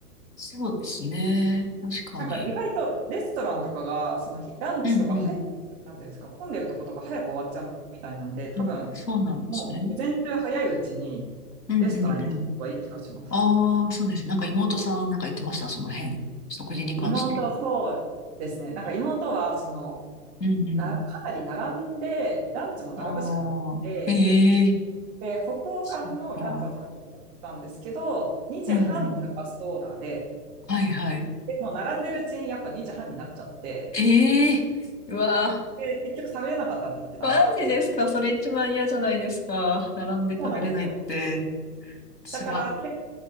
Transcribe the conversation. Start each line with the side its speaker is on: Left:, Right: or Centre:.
Left: そうですね。確かに。
Right: なんか意外とレストランとかが、その日ランチとか早く、
Left: うんうん。
Right: なんていうんですか、混んでるとことか早く終わっちゃうみたいなんで、多分、
Left: うんそうなんですね。
Right: もう、午前中早いうちに
Left: うんうんうん。
Right: レストランに行った方がいい気がします。
Left: ああ、そうです。なんか妹さんなんか言ってました、その辺。食事に関して。
Right: 妹、そうですね。なんか妹は、その、
Left: うんうん。
Right: な、かなり並んで、ランチも並ぶしかなくて、
Left: ああ、ええ
Right: で、北欧館のランチを食べようと思ったんですけど、
Left: そっか。
Right: 2時半がラストオーダーで、
Left: うんうん。はいはい。
Right: でもう並んでるうちにやっぱ2時半になっちゃって、
Left: ええうわ
Right: で、結局食べれなかったって言ってたんですよ。
Left: ー、マジですかそれ一番嫌じゃないですか。並んで食べれないって。
Right: そうなんですよ。
Left: つら。
Right: だからけ、